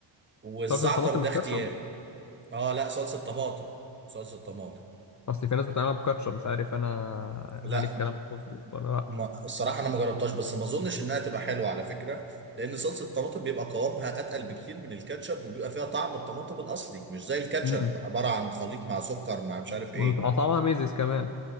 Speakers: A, on the right; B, on the left.
A: والزعتر
B: صلصه الطماطم
A: ده
B: مش
A: اختياري
B: كاتشب
A: اه لا صلصه طماطم صلصه طماطم
B: اصل في ناس بتعملها بكاتشب مش عارف انا
A: لا
B: هل الكلام ده مظبوط ولا لا
A: ما الصراحة أنا ما جربتهاش بس ما أظنش إنها تبقى حلوة على فكرة لأن صلصة الطماطم بيبقى قوامها أتقل بكتير من الكاتشب وبيبقى فيها طعم الطماطم الأصلي مش زي الكاتشب
B: امم
A: عبارة عن خليط مع سكر مع مش عارف إيه
B: وطعمها ميزز كمان